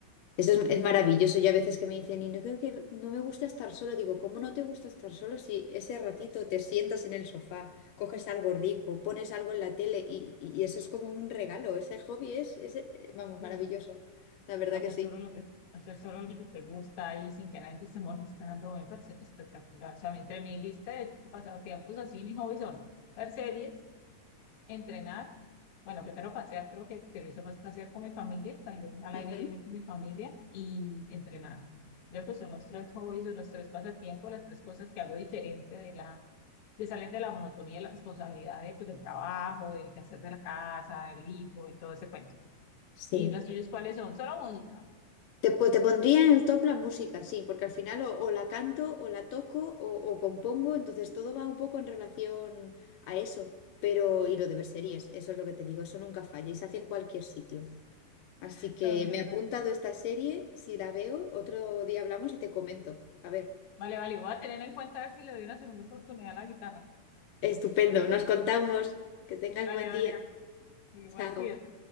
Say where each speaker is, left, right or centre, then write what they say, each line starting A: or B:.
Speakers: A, on the left (about 85°); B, on the left (about 65°).
A: Eso es, es maravilloso. Yo a veces que me dicen, y no creo que no me gusta estar solo, digo, ¿cómo no te gusta estar solo si ese
B: <laughs>
A: ratito te sientas en el sofá, coges algo rico, pones algo en la tele y, y y eso es como un regalo? Ese hobby es, es, eh, vamos,
B: Digo,
A: maravilloso. La verdad
B: hacer
A: que sí.
B: solo lo que, hacer solo lo que te gusta y sin que nadie te esté molestando, me parece espectacular. O sea, a mí entre mi lista de pasatiempos así, mis hobbies son ver series, entrenar. Bueno, primero pasear, creo que pero eso más pasear con mi familia, salir al
A: Ujú.
B: aire libre con mi familia y entrenar. Creo que son los tres hobbies o los tres pasatiempos, las tres cosas que hago diferente de la, de salir de la monotonía, de la responsabilidad de, pues, del trabajo, del quehacer de la casa, del hijo y todo ese cuento.
A: Sí.
B: ¿Y los tuyos cuáles son? Solo música.
A: Te, po- te pondría en el top la música, sí, porque al final o, o la canto o la toco o, o compongo, entonces todo va un poco en relación a eso. Pero, y lo de ver series, eso es lo que te digo, eso nunca falla y se hace en cualquier sitio. Así
B: <laughs>
A: que
B: También,
A: me he apuntado
B: tal.
A: esta serie, si la veo, otro día hablamos y te comento. A ver,
B: Vale, vale, voy a tener en cuenta a ver si le doy una segunda oportunidad a la guitarra.
A: estupendo, nos contamos. Que tengas
B: Vale,
A: buen
B: vale,
A: día.
B: igual
A: Chao.
B: cuídate.